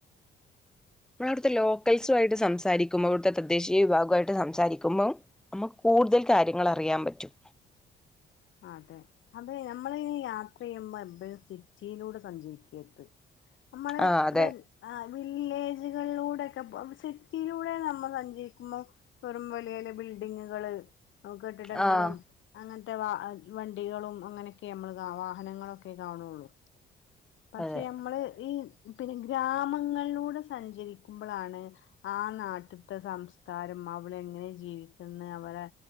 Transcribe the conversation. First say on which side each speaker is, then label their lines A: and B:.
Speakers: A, in the centre; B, on the left.
A: മ്മള് അവ്ട്ത്തെ ലോക്കൽസു ആയിട്ട് സംസാരിക്കുമ്പോ അവിടുത്തെ തദ്ദേശീയ വിഭാഗ്വായിട്ട് സംസാരിക്കുമ്പോം അമ്മുക്ക് കൂടുതൽ കാര്യങ്ങളറിയാ പറ്റും
B: അതെ അതേ നമ്മളിങ്ങനെ യാത്രിയുമ്പോ എപ്പഴും സിറ്റിലൂടെ സഞ്ചരിക്കര്ത് നമ്മള്
A: ആ
B: <unintelligible>
A: അതെ
B: ആ വില്ലേജ്കളിലൂടക് ക പോവ്മ്പ സിറ്റിലൂടെ നമ്മ സഞ്ചരിക്കുമ്പോ വെറും വലിയലിയ ബിൽഡിങ്ങ്കള് കെട്ടിടങ്ങളും
A: ആഹ്
B: അങ്ങൻത്തെ വാ അത് വണ്ടികളും അങ്ങനെക്കെ അമ്മള് കാ വാഹനങ്ങളൊക്കെ കാണുള്ളു പക്ഷെ
A: അതെ
B: നമ്മള് ഈ പിന്നെ ഗ്രാമങ്ങളിലൂടെ സഞ്ചരിക്കുമ്പളാണ് ആ നാട്ടിത്തെ സംസ്കാരം മവളെങ്ങനെ ജീവിക്കന്നെ അവരെ